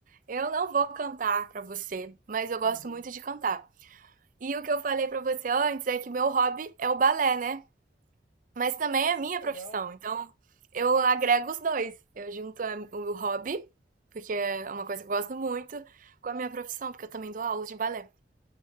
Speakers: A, on the right; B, on the left.
A: Eu não vou cantar pra você, mas eu gosto
B: Uhum.
A: muito de cantar. E o que eu falei pra você antes é que meu hobby é o balé, né? Mas também
B: Ah, Sim,
A: é minha
B: que legal.
A: profissão. Então, eu agrego os dois. Eu junto a- o hobby, porque é uma coisa que eu gosto muito, com a minha profissão, porque eu também dou aulas de balé.